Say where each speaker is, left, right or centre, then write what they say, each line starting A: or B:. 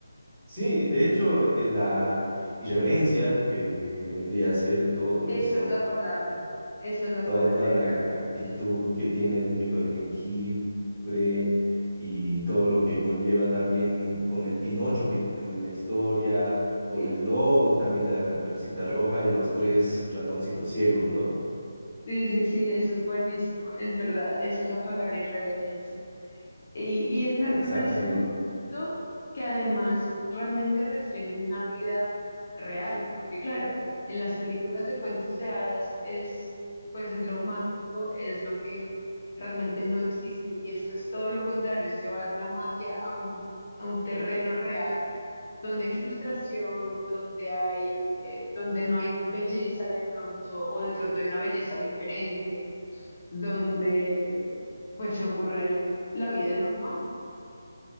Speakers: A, on the right; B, on the left.
A: Sí, de hecho, eh, la irreverencia que vendría a ser todo
B: Esa
A: eso
B: es la palabra, esa es la
A: toda
B: palabra irreverente.
A: la ac- actitud
B: sí, sí.
A: que tiene el muñeco de jengibre y todo lo que conlleva también con el Pinocho que tiene en la historia, con el
B: <laughs>
A: lobo también de la Caperucita Roja y los tres ratoncitos ciegos, ¿no?
B: Sí, sí, sí, eso es buenísimo, es verdad, esa es la palabra irreverencia. Y, y es, me,
A: Exactamente.
B: me parece muy bonito que además realmente reflejen una vida real, porque claro, en las películas de cuentos de hadas es, pues es lo mágico, es lo que realmente no existe y esto es todo lo contrario, es llevar la magia a un, a un terreno real donde hay frustración, donde hay, eh, donde no hay belleza de pronto o de pronto hay una belleza diferente donde pues ocurre la vida normal.